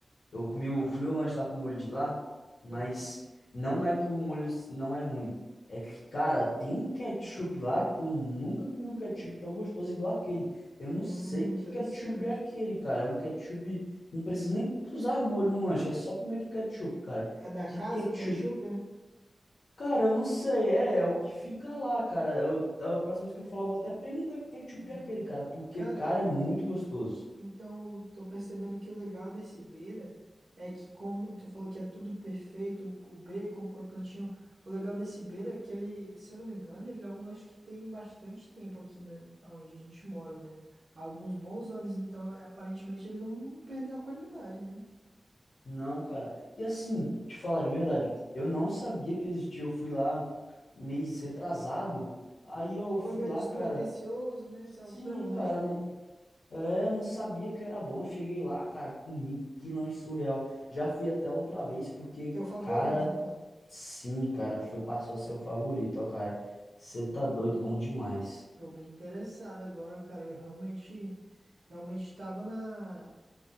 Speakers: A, on the left; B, on the right.
A: Eu comi o, comi o lanche lá com o molho de lá, mas
B: Hum,
A: não é que o molho não é ruim. É que, cara, tem um ketchup lá que eu nunca comi um ketchup tão gostoso igual aquele. Eu não
B: Hum,
A: sei que
B: interessante.
A: ketchup é aquele, cara. É um ketchup. Não precisa nem usar molho no lanche, é só comer com ketchup, cara.
B: É da
A: Que
B: casa
A: ketchup.
B: o ketchup, é?
A: Cara, eu não sei. É, é o que fica lá, cara. Eu, a próxima vez que eu falar, eu vou até perguntar que ketchup
B: Uhum.
A: é aquele, cara. Porque,
B: Cara,
A: cara, é muito gostoso.
B: então tô percebendo que o legal desse Beira é que como tu falou que é tudo perfeito, o bacon, o crocantinho, o legal desse Beira é que ele, se eu não me engano, ele é um lanche que tem bastante tempo aqui na, onde a gente mora, né? Há alguns bons anos, então aparentemente ele não, não perdeu a qualidade, né?
A: Não, cara. E assim, te falar de verdade, eu não sabia que existia. Eu fui lá mês retrasado. Aí eu fui
B: Foi meio
A: lá,
B: despretensioso,
A: cara.
B: né? E
A: Sim,
B: tal. Comeu um lanche
A: cara,
B: ali.
A: não, é, não sabia que era bom. Eu cheguei lá, cara, comi que lanche surreal. Já fui até outra vez porque,
B: Teu favorito,
A: cara,
B: então?
A: sim, cara, foi passou a ser o favorito, ó, cara. Você tá
B: Hum,
A: doido, bom demais.
B: tô bem interessado agora, cara. Eu realmente, realmente estava na,